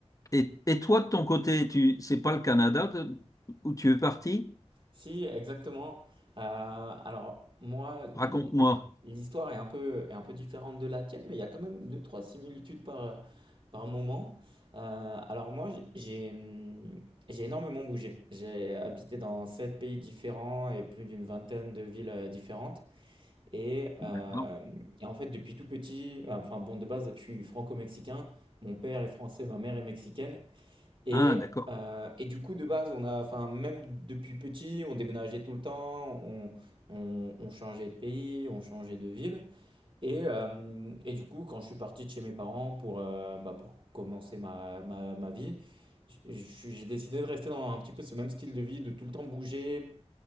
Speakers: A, on the left; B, on the right.
A: Et, et toi, de ton côté, tu, c'est pas le Canada de- où tu es parti?
B: Si, exactement. Euh, alors, moi,
A: Raconte-moi.
B: l- l- l'histoire est un peu, est un peu différente de la tienne, mais il y a quand même deux, trois similitudes par, par moment. Euh, alors, moi, j- j'ai, hum, j'ai énormément bougé. J'ai habité dans sept pays différents et plus d'une vingtaine de villes euh, différentes. Et,
A: D'accord.
B: euh, et en fait, depuis tout petit, enfin, bon, de base, je suis franco-mexicain. Mon père est français, ma mère est mexicaine. Et,
A: Ah, d'accord.
B: euh, et du coup, de base, on a, enfin, même depuis petit, on déménageait tout le temps, on, on- on changeait de pays, on changeait de ville. Et, euh, et du coup, quand je suis parti de chez mes parents pour, euh, bah, pour commencer ma, ma, ma vie, j- j- j'ai décidé de rester dans un petit peu ce même style de vie, de tout le temps bouger,